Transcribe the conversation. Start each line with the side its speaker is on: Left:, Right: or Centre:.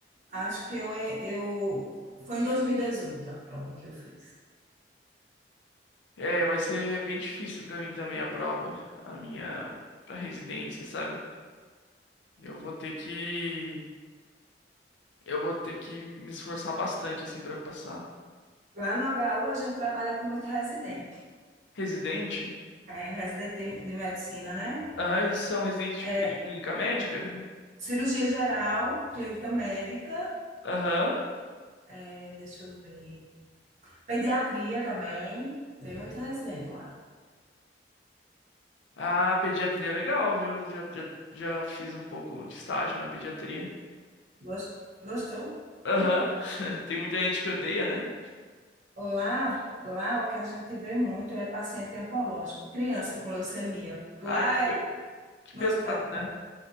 Right: acho que eu, é, eu. Foi em 2018 a prova que eu fiz.
Left: É, vai ser bem difícil para mim também a prova, a minha pra residência, sabe? Eu vou ter que eu vou ter que me esforçar bastante assim para passar.
Right: Lá no HU a gente trabalha com muito residente,
Left: Residente?
Right: é, residente de, de medicina, né?
Left: Aham, eles são residentes de
Right: É,
Left: o quê? De clínica médica?
Right: cirurgia geral, clínica médica,
Left: Aham.
Right: é, deixa eu ver, pediatria também. Tem muito residente lá.
Left: Ah, pediatria é legal, viu? Já, já, já fiz um pouco de estágio na pediatria.
Right: Gos- Gostou?
Left: Aham. <laughs> Tem muita gente que odeia, né?
Right: Lá, lá o que a gente vê muito é paciente oncológico, criança com leucemia. Lá
Left: Ai, que, pe-
Right: é,
Left: que
Right: no
Left: pesado,
Right: hospital que eu tra-
Left: né?